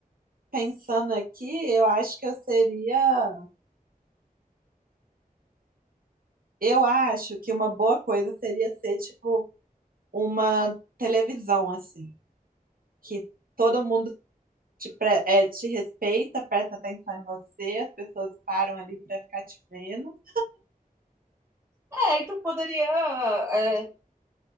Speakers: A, on the right; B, on the right.
A: pensando aqui, eu acho que eu seria. Eu acho que uma boa coisa seria ser, tipo, uma televisão, assim. que todo mundo te, pre- é, te respeita, presta atenção em você, as pessoas param ali para ficar te vendo.
B: É, e tu poderia. é,